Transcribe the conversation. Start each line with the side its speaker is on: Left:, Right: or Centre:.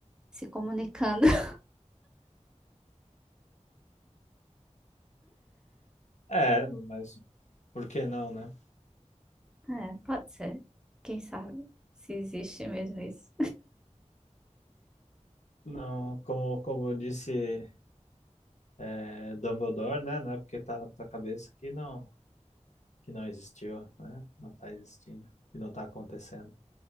Centre: se comunicando. <laughs>
Left: É, mas por que não, né?
Centre: É, pode ser. Quem sabe se existe mesmo isso.
Left: Não, como, como eu disse é, Dumbledore, né? Não é porque tá na tua cabeça que não, que não existiu, né? Não tá existindo, que não tá acontecendo.